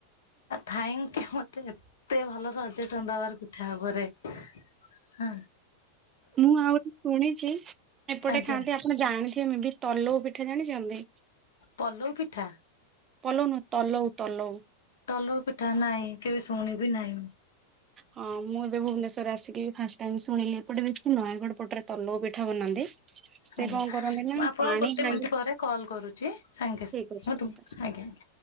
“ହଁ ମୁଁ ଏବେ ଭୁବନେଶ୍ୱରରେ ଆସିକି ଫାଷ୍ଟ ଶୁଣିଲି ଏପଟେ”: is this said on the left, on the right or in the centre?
Right